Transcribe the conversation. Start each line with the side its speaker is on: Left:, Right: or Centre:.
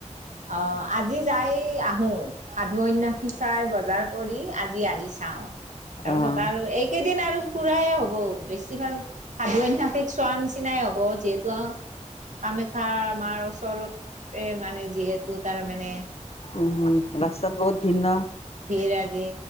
Right: আহ আজি যাই আহো সাধু-সন্ন্যাসী চাই বজাৰ কৰি আজি আজি আহি চাওঁ। তাৰপিছত
Left: অ'
Right: আৰু এইকেইদিন আৰু ফুৰা এ হ'ব বেছি ভাগ, সাধু সন্ন্যাসী চোৱা, নে চিনাই হ'ব যিহেতু আহ, কামাখ্যা মাৰ ওচৰত, এ মানে যিহে তো তাৰ মানে।
Left: উম উম ৰাস্তাত বহুত ভিন্ন,
Right: ভিৰ আজি